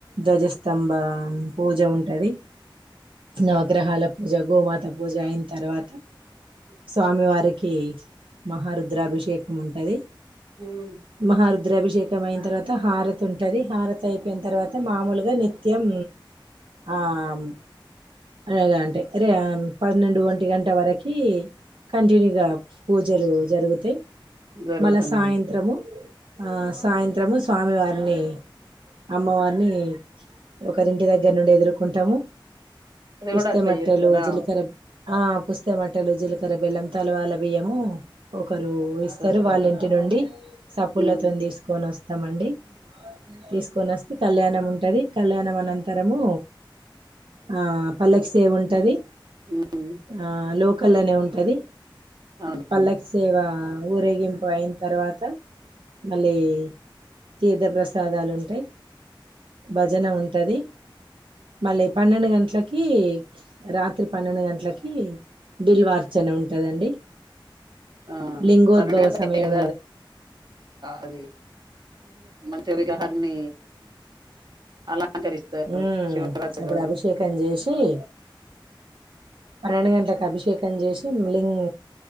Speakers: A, on the right (about 75°); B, on the right (about 55°).
A: దజస్ స్తంభ పూజ ఉంటది నవగ్రహాల పూజ గోమాత పూజ అయిన తర్వాత స్వామి వారికి మహారుద్రాభిషేకం ఉంటది
B: ఉమ్,
A: మహారః ద్రాభిషేకం అయిన తర్వాత హారత్ ఉంటుది హారత్ అయి పోయిన తర్వాత మామూలుగా నిత్యం ఆమ్ ఇగ అంటే రే పన్నెండు ఒంటి గంట వరకి కంటిన్యూగా పూజలు జరుగుతై
B: జరుగుతూనే
A: మళ్ల సాయంత్రము
B: ఉంటాయి
A: సాయంత్రము స్వామివారిని అమ్మవారిని ఒకరింటి దగ్గర నుండి ఎదుర్కుంటాము
B: అది
A: పుస్తె
B: కూడా అట్లా
A: మెట్టెలు
B: చేస్తారా
A: జిలికర్ర ఆ పుస్త మట్ట్ ట్టలు జీలకర్ర బెల్లం తలవాల బియ్యము ఒకరు ఇస్తారు
B: చేస్తారా
A: వాళ్ళ ఇంటి నుండి సప్పుడ్లతోని
B: ఉమ్,
A: తీసుకొని వస్త్ తమండి తీస్ కొనొస్తే కళ్యాణం ఉంటుంది కళ్యాణం అనంతరము ఆ పల్లక్ సేవ ఉంటుంది
B: ఉమ్,
A: ఆ లో కళ్ళనే ఉంటది
B: అవునవును
A: పల్లకీ సేవా ఊరేగింపు అయిన తర్వాత మళ్ళీ తీర్థప్రసాదాలుంటాయ్ భజన ఉంటది మళ్ళీ పన్నెండు గంట్లకి రాత్రి పన్నెండు గంట్లకి బిల్వార్చన ఉంటదండి
B: ఆ
A: లింగోద్భవ
B: పన్నేండు గంటల
A: సమయం
B: కదా అది మంచి విగ్రహాన్ని అలంకరిస్తారు
A: మ్మ్
B: శివరాత్రి
A: అప్పుడు
B: రోజు
A: అభిషేకం చేేస్ తీ పన్నెండు గంటలకు అభిషేకం చేసి లింగ్